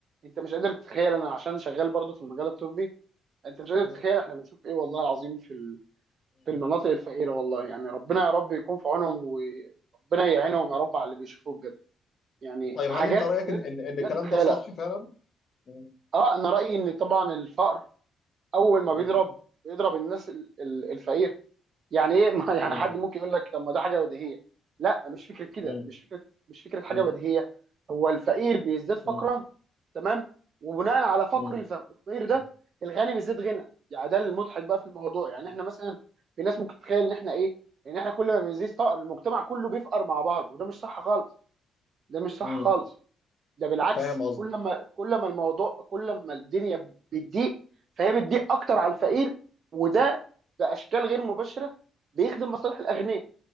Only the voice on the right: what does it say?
انت مش قادر تتخيل انا عشان شغال برضو في المجال الطبي انت مش قادر
تتخيل احنا بنشوف ايه والله العظيم في ال-
في المناطق الفقيره والله يعني ربنا يا رب يكون في عونهم وربنا يعينهم يا رب على اللي بيشوفوه بجد يعني
حاجات
لا
تت-
لا
تتخيلها
اه انا رايي ان طبعا الفقر اول ما
بيضرب بيضرب الناس ال- ال- الفقيره يعني ايه <laughs> ما- يعني
حد ممكن يقول لك طب ما ده حاجه بديهيه لا مش فكره كده
مش فكره مش فكره حاجه
بديهيه هو الفقير بيزداد فقرا
تمام وبناء على فقر
الفقير
ده الغني بيزيد غنى يعني ده المضحك بقى في الموضوع
يعني احنا مثلا في ناس ممكن تتخيل ان احنا ايه ان احنا كل ما بيزيد فقر المجتمع كله بيفقر مع بعض وده مش صح خالص ده مش صح
خالص ده بالعكس
كل ما كل ما الموضوع كل ما الدنيا بتضيق فهي بتضيق اكتر على الفقير وده باشكال غير مباشره بيخدم مصالح الاغنياء